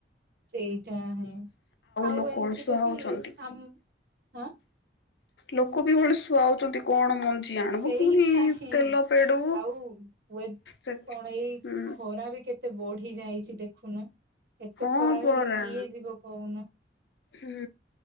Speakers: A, on the right (about 60°); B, on the left (about 70°).
A: ସେଇଟା ହଁ ଆଉ
B: ଲୋକ
A: ଏମିତିରେ
B: ଅଳସୁଆ ହଉଛନ୍ତି।
A: ବି ଆମଁ ହଁ
B: ଲୋକ ବି କଣ ଶୁଆଉଛନ୍ତି କଣ ମନ୍ଦିର ବଝ ଆଣିବୁ
A: ସେଇଟା
B: ପୁଣିି
A: ହିଁ
B: ତେଲ ପେଡୁ
A: ଆଉ ୱେ
B: ସେ ହୁଁ।
A: କଣ ଏଇ ଖରା ବି କେତେ ବଢି ଯାଇଛି ଦେଖୁନ ଏତେ
B: ହଁ
A: ଖରା
B: ପରା
A: ହେଲେ କିଏ ଯିବ କହୁନ।
B: ହୁଁ।